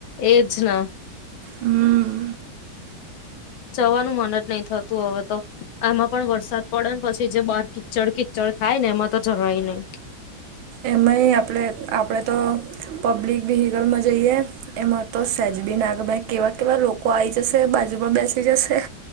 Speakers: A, on the left; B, on the right.
A: એજ ને
B: હમ્મ.
A: જવાનું મન જ નહી થતું, હવે તો એમાં પણ વરસાદ પડે, પછી જે બાર કીચડ કિ -ચળ થાય ને, એમાં તો જવાય નહી.
B: એમાંય આપણે આપણે તો. પબ્લિક વ્હિકલમાં જઈએ, એમાં તો સેજ બી ના ગમે, ભાઈ, કેવા કેવા લોકો આવી જશે, બાજુમાં બેસે.